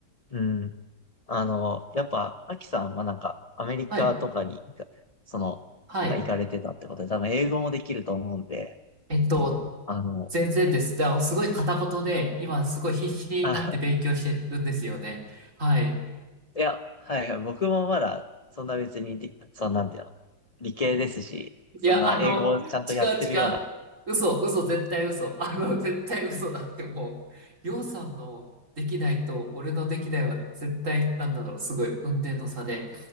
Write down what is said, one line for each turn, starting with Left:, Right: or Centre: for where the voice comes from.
Left: うん。あの、やっぱ、アキさんはなんか、アメリカとかに行か、
Right: はい、
Left: その、
Right: はい。
Left: なんか行かれてたってことで、多分英語もできると思うんで、
Right: えっと、
Left: あの、
Right: 全然です。だからすごい片言で、今すごい必死になって勉強してるんですよね。
Left: あ、
Right: はい。
Left: <laughs> いや、はい、僕もまだ、そんな別にり、そんなんていうの、理系ですし、
Right: いや、
Left: そんな英語をちゃんとやってるような、
Right: あの、違う違う。嘘、嘘、絶対嘘。<laughs> あの、絶対嘘だってもう、りょうさんのできないと、俺のできないは絶対、なんだろう、すごい、雲泥の差で、